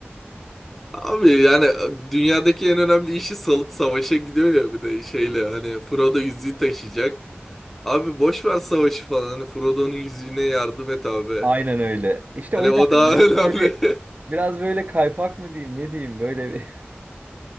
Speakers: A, in the centre; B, on the right (about 40°).
A: Abi yani e, dünyadaki en önemli işi salıp savaşa gidiyor ya bir de şeyle hani Frodo yüzüğü taşıyacak. Abi boş ver savaşı falan hani Frodo'nun yüzüğüne yardım et abi.
B: Aynen öyle. İşte
A: Hani
B: o yüzden
A: o daha
B: biraz
A: <laughs> önemli.
B: böyle biraz böyle kaypak mı diyeyim ne diyeyim böyle bir-